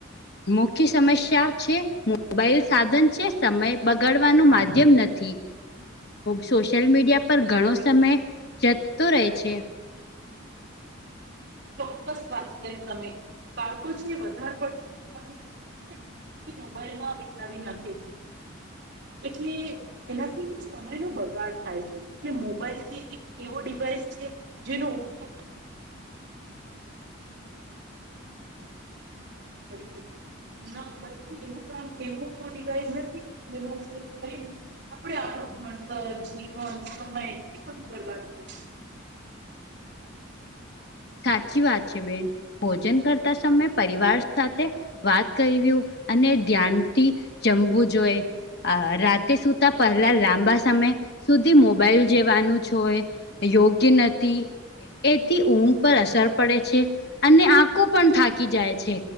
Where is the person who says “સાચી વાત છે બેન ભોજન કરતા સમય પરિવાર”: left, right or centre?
Left